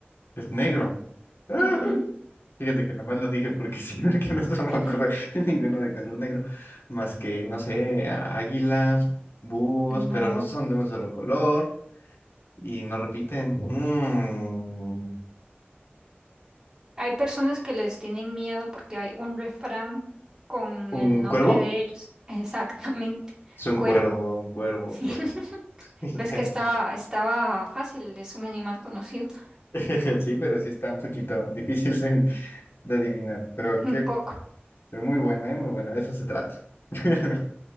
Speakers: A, on the left; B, on the right.
A: Es negro. <gasps> Ah,
B: Ujú.
A: Fíjate que nomás lo dije porque sí, <laughs> porque no se me
B: <laughs>
A: ocurre <laughs> ninguno de color negro. Más que, no sé, águilas, búhos,
B: No,
A: pero no son de un solo color. Y no repiten. Mm.
B: hay personas que les tienen miedo porque hay un refrán con
A: ¿Un
B: el nombre
A: cuervo?
B: de ellos. <laughs> Exactamente,
A: Es un
B: cuervo
A: cuervo, un cuervo,
B: Sí.
A: un cuervo.
B: <laughs>
A: <laughs>
B: ¿Ves
A: Ya,
B: que
A: ya,
B: estaba, estaba fácil? Es un animal conocido. <laughs>
A: ya. <laughs> Sí, pero sí está un poquito difícil de, de adivinar. Pero,
B: Un
A: qué,
B: poco.
A: pero muy buena, ¿eh? Muy buena. De eso se trata. <laughs>